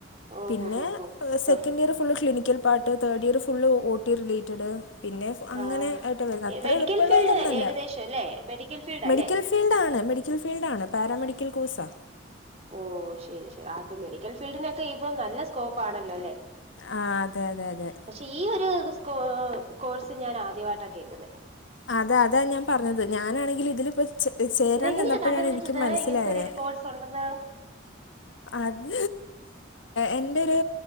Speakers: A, on the right; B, on the left.
A: ഓഹോ
B: പിന്നെ
A: ഹോ ഹോ
B: second year
A: ആഹ്
B: full clinical part third year ഫു ഫുള്ള് ഓ ടി റിലേറ്റഡ് പിന്നെ അങ്ങനെ
A: ആഹ്
B: ആട്ട് അത്ര
A: മെഡിക്കൽ
B: എളുപ്പമുള്ളൊന്നല്ല
A: ഫീൽഡ് ഏകദേശം അല്ലേ മെഡിക്കൽ ഫീൽഡ് അല്ലേ
B: മെഡിക്കൽ ഫീൽഡ് ആണ്. മെഡിക്കൽ ഫീൽഡ ആണ് പാരാമെഡിക്കൽ കോഴ്സാ
A: ഓ ശരി ശരി ആ ഇപ്പ മെഡിക്കൽ ഫീൽഡിനൊക്കെ ഇപ്പൊ നല്ല സ്കോപ്പ് ആണല്ലോ അല്ലെ
B: ആ അതെ അതെ അതെ
A: പക്ഷെ ഈ ഒരു സ്ക കോഴ്സ് ഞാൻ ആദ്യമായിട്ടാണ് കേക്കുന്ന പത്
B: അതെ അതാ ഞാൻ പറഞ്ഞത് ഞാനാണെങ്കിൽ ഇതിലിപ്പ ചേരാൻ
A: ഇതെങ്ങനെയാ
B: നിന്നപ്പോഴാണ്
A: കണ്ടുപിടിച്ചത്
B: എനിക്ക് മനസ്സിലായത്
A: ഇങ്ങനത്തെ ഒരു കോഴ്സ് ഉണ്ടെന്ന്
B: അത് എന്റെ ഒരു